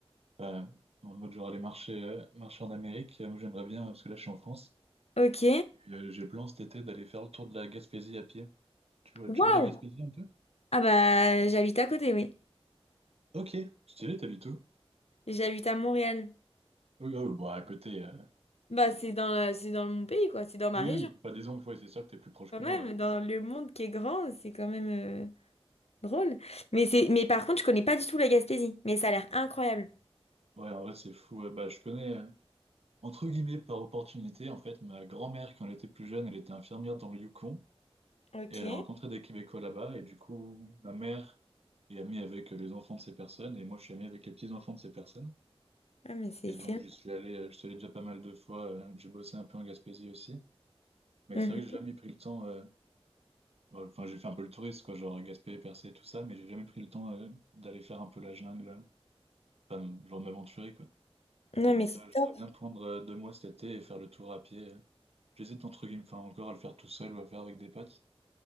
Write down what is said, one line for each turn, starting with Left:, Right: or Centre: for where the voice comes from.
Right: bah, en mode, genre aller marcher, euh, marcher en Amérique. Euh, Moi, j'aimerais bien, parce que là, je suis en France.
Left: Ok.
Right: Puis, euh, j'ai le plan cet été d'aller faire le tour de la Gaspésie à pied. Tu vois,
Left: Waouh!
Right: tu vois la Gaspésie un peu?
Left: Ah bah, j'habite à côté, oui.
Right: Ok, stylé, t'habites où?
Left: J'habite à Montréal.
Right: Oui, oh, bon, à côté. euh,
Left: Bah, c'est dans la- c'est dans mon pays, quoi. C'est dans ma
Right: Oui,
Left: région.
Right: oui, enfin disons, que ouais, c'est sûr que t'es plus proche
Left: Quand
Right: que
Left: même,
Right: moi, ouais.
Left: dans le monde qui est grand, c'est quand même... euh, Drôle. Mais c'est, mais par contre, je connais pas du tout la Gaspésie, mais ça a l'air incroyable.
Right: Ouais, en vrai, c'est fou. ouais. Bah, je connais, euh, entre guillemets, par opportunité, en fait, ma grand-mère, quand elle était plus jeune, elle était infirmière dans le Yukon,
Left: Ok.
Right: et elle a rencontré des Québécois là-bas, et du coup, ma mère est amie avec euh, les enfants de ces personnes, et moi, je suis ami avec les petits-enfants de ces personnes.
Left: Ah, mais c'est
Right: Et
Left: excellent.
Right: donc, j'y suis allé, euh, je suis allé déjà pas mal de fois, euh, j'ai bossé un peu en Gaspésie aussi. Mais
Left: Mhm.
Right: c'est vrai que j'ai jamais pris le temps. euh, Bon, Enfin, j'ai fait un peu le touriste, quoi, genre Gaspé, Percé, tout ça, mais j'ai jamais pris le temps euh, d'aller faire un peu la jungle, euh, enfin, genre de m'aventurer, quoi.
Left: Non,
Right: Et donc
Left: mais c'est
Right: là, j'aimerais
Left: top.
Right: bien prendre euh, deux mois cet été et faire le tour à pied. euh. J'hésite entre guillemets, enfin, encore à le faire tout seul ou à faire avec des potes.